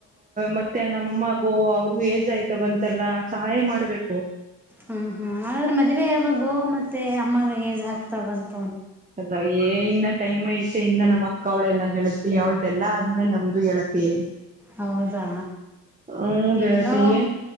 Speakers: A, on the right (about 20°); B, in the centre.
A: ಮತ್ತೆ ನಮ್ಮಮ್ಮಗೂ ಅವ್ರಿಗೂ ಏಜ್ ಆಯ್ತ ಬಂತೆಲ್ಲ ಸಹಾಯ ಮಾಡ್ಬೇಕು
B: ಹ್ಮ ಹ್ಮ ಹಾಗ್ರೆ ಮದುವೆ ಯಾವಾಗೋ ಮತ್ತೆ ಅಮ್ಮ ಆಗ್ತಾ ಬಂತ
A: ಅಲ್ಲ ಏ ಇನ್ನಷ್ಟ ಟೈಮ್ ಐತೆ ಇಿಂದ ನಮ್ಮ ಅಕ್ಕ ಅವಳೆಲ್ಲಾ ಗೆಳ್ತತಿ ಅವಳ್ದಲ್ಲ ಆದ್ಮೇಲೆ ನಮ್ದು ಗೆಳತಿ
B: ಹೌದಾ
A: ಹ್ಮ ಗೆಳತಿಗೆ
B: ಏನೋ